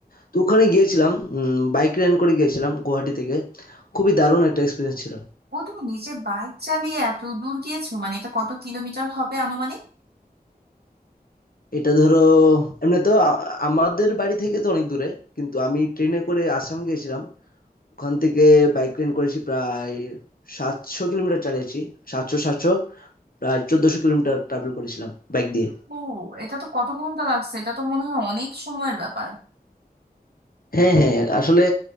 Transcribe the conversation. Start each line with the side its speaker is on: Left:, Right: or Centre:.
Left: তো ওখানে গিয়েছিলাম বাইক রেন্ট করে গিয়েছিলাম গুয়াহাটি থেকে খুবই দারুণ একটা এক্সপিরিয়েন্স ছিল
Right: ও তুমি নিজে বাইক চালিয়ে এত দূর গিয়েছো মানে এটা কত কিলোমিটার হবে আনুমানিক
Left: এটা ধরো এমনি তো আ- আমাদের বাড়ি থেকে তো অনেক দূরে কিন্তু আমি ট্রেনে করে আসাম গিয়েছিলাম ওখান থেকে বাইক রেন্ট করেছি প্রায় সাতশো কিলোমিটার চালিয়েছি সাতশো সাতশো প্রায় চোদ্দশো কিলোমিটার ট্রাভেল করেছিলাম বাইক দিয়ে
Right: ও এটা তো কত ঘন্টা লাগছে এটা তো মনে হয় অনেক সময়ের ব্যাপার
Left: হ্যাঁ হ্যাঁ আসলে